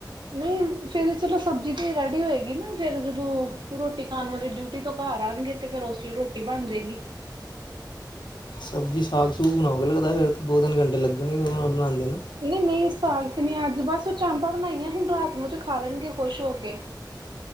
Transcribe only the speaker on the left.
ਸਬਜ਼ੀ ਸਾਗ ਸੂਗ ਬਨਾਓਗੇ ਲੱਗਦਾ ਫੇਰ ਤੇ ਦੋ ਤਿੰਨ ਘੰਟੇ ਲੱਗਨਗੇ ਬਣਾਂਦੇ ਨੂੰ